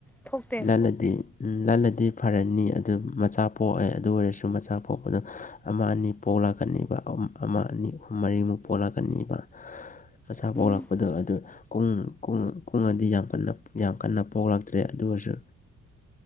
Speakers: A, in the centre; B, on the left.
A: ꯊꯣꯛꯇꯦ
B: ꯂꯜꯂꯗꯤ ꯂꯜꯂꯗꯤ ꯐꯔꯅꯤ ꯑꯗꯨ ꯃꯆꯥ ꯄꯣꯛꯑꯦ ꯑꯗꯨ ꯑꯣꯏꯔꯁꯨ ꯃꯆꯥ ꯄꯣꯛꯄꯗ ꯑꯃ ꯑꯅꯤ ꯄꯣꯛ ꯂꯥꯛꯀꯅꯤꯕ ꯑꯃ ꯑꯅꯤ ꯑꯍꯨꯝ ꯃꯔꯤꯃꯨꯛ ꯄꯣꯛꯂꯛꯀꯅꯤꯕ
A: <inaudible>
B: ꯃꯁꯥ
A: ꯎꯝ
B: ꯄꯣꯛꯂꯛꯄꯗꯣ ꯑꯗꯨ ꯀꯨꯡ ꯀꯨꯡ ꯑꯗꯤ ꯌꯥꯝ ꯀꯟ ꯌꯥꯝ ꯀꯟꯅ ꯄꯣꯛꯂꯛꯇ꯭ꯔꯦ ꯑꯗꯨꯁꯨ